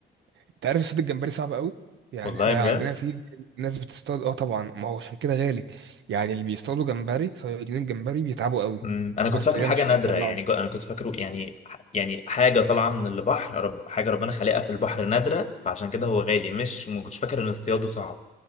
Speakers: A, on the right; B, on the left.
A: انت عارف الصيد الجمبري صعب قوي يعني
B: والله
A: احنا
B: بجد
A: عندنا في ناس بتصطاد اه طبعا ما هو عشان كده غالي يعني اللي بيصطادوا جمبري صيادين الجمبري بيتعبوا قوي
B: مم. انا كنت
A: حرفيا
B: فاكره حاجه
A: عشان
B: نادره
A: يطلعوا
B: يعني جو- انا كنت فاكره يعني يعني حاجه طالعه من البحر رب حاجه ربنا خلقها في البحر نادره فعشان كده هو غالي مش ما كنتش فاكر ان اصطياده صعب